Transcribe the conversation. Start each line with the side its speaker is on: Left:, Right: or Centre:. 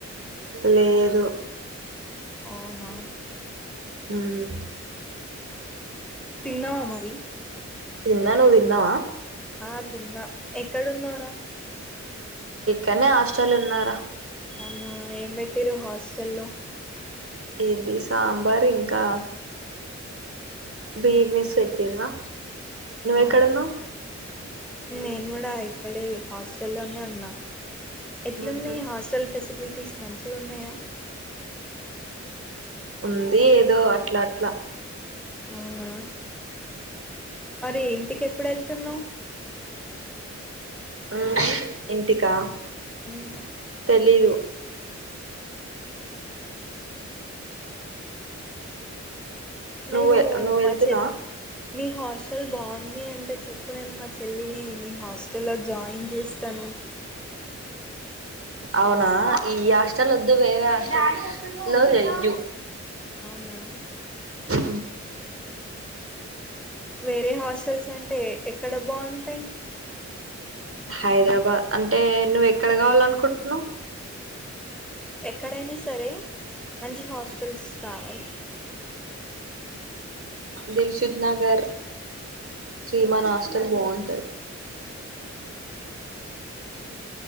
Right: లేదు
Centre: అవునా
Right: ఉమ్
Centre: తిన్నావా మరి
Right: తిన్నా నువ్ తిన్నావా
Centre: ఆ తిన్న ఎక్కడున్నావ్రా
Right: ఇక్కన్నే హస్టలు ఉన్నారా
Centre: అవునా ఏం పెట్టిర్రు హాస్టల్లో
Right: ఏంది సాంబార్ ఇంకా బీర్నస్ పెట్టిన్ర నువ్వెక్కడన్నావు
Centre: అవును నేను కూడా ఇక్కడ హాస్టల్లోనే ఉన్నా ఎట్లుంది
Right: ఊహూ
Centre: హాస్టల్ ఫు ఫెసిలిటీస్ మంచిగా ఉన్నాయా
Right: ఉంది ఏదో అట్లా అట్లా
Centre: అవునా మరి ఇంటికి ఎప్పుడు వెళ్తున్నావ్
Right: ఆ ఇంటికా
Centre: ఉమ్
Right: తెలీదు
Centre: అవునా నేను
Right: నువ్వు నువ్వు వెళ్తున్నా
Centre: మా చెల్లి మీ హస్ట్ ల్ బావుంది అంటే చెప్పు నేను మ చెల్లిని మీ హాస్టల్లో జాయిన్ చేస్తను
Right: అవునా ఈ హాస్టలో వద్దు వేరే హాస్టలో చెయ్యు
Centre: అవునా
Right: మ్మ్
Centre: వేరే హాస్టల్స్ అంటే ఏ ఎక్కడ బాగుంటాయి
Right: హైదరాబాద్ అంటే నువ్ ఎక్కడ కావాలనుకుంటున్నావ్
Centre: ఎక్కడైనా సరే మంచి హాస్టల్స్ కావాలి
Right: దిల్శుద్ నగర్ శ్రీమన్ హస్టల్ బాగుంటది